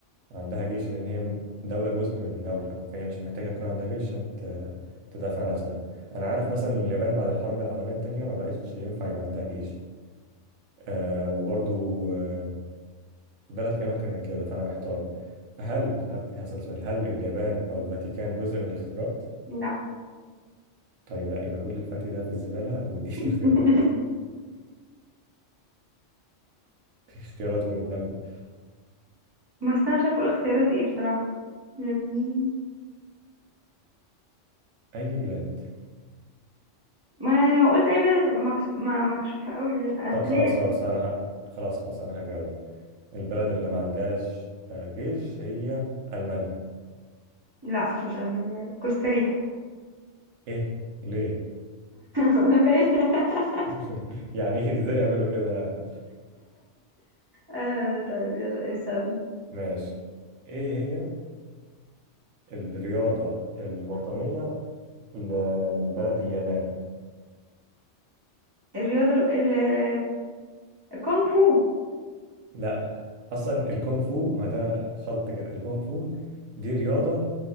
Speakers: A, on the right (about 70°); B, on the right (about 20°).
A: عندها جيش لأن هي دولة جزء من دولة فهي مش محتاجة تكون عندها جيش عشان ت- تدافع نفسها أنا عارف مثلا اليابان بعد الحرب العالمية التانية ما بقتش ينفع يبقى عندها جيش آه وبرضو آه البلد كمان كانت كده فأنا محتار فهل هد- هسأل سؤال هل اليابان أو الفاتيكان جزء من الاختيارات؟
B: لا
A: طيب لا يبقى كل الفتي ده في الزبالة واديني
B: <laughs>
A: <laughs> اختيارات اختيارات والنبي
B: بس انا مش عارفه اقول اختيارات ايه بصراحه يعني
A: أي بلاد
B: ما لو قلت اي بلد هتبقى مكس... ما مكشوفه قوي اسبانيا
A: طب خلاص خلاص أنا ه... خلاص خلاص أنا هجاوب البلد اللي ما عندهاش آه، جيش هي ألمانيا
B: لا مش المانيا كوستاريكا <laughs>
A: ايه ليه
B: انا باين <laughs>
A: <laughs> يعني ايه ازاي <laughs> يعملوا كده انا
B: آه طيب يلا اسالني
A: ماشي ايه هي الرياضة الوطنية ل- لبلد اليابان
B: الرياضه ال... ال- الكونغ فو
A: لا اصلا الكونغ فو ما ده خلط كده الكونغ فو دي رياضة